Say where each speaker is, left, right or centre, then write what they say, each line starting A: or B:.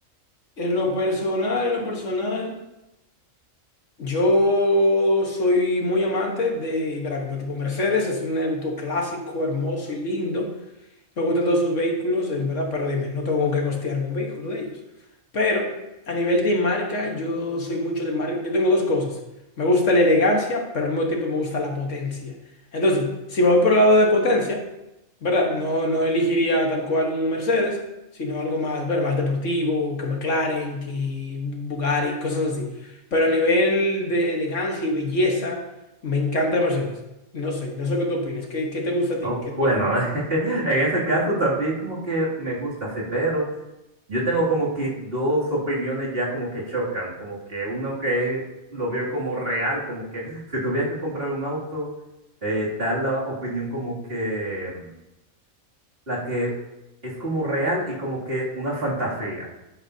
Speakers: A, on the left; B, on the right.
A: En lo personal, en lo personal, yo soy muy amante de, verá, como tipo Mercedes, es un auto clásico, hermoso y lindo. Me gustan todos sus vehículos, en verdad, pero dime, no tengo con qué costearme un vehículo de ellos. Pero a nivel de marca, yo soy mucho de marca. Yo tengo dos cosas. Me gusta la elegancia, pero al mismo tiempo me gusta la potencia. Entonces, si me voy por el lado de potencia, ¿verdad? No, no elegiría tal cual un Mercedes, sino algo más, ver, más deportivo, que McLaren, que Bugatti, cosas así. Pero a nivel de elegancia y belleza, me encanta Mercedes. No sé, no sé qué tú opinas. ¿Qué, qué te gusta a ti?
B: Oh,
A: ¿Qué tú
B: bueno,
A: eliges?
B: <laughs> en ese caso también como que me gusta, sí, pero Yo tengo como que dos opiniones ya como que chocan, como que uno que lo veo como real, como que si tuviera que comprar un auto, eh, tal la opinión como que mm, la que es como real y como que una fantasía.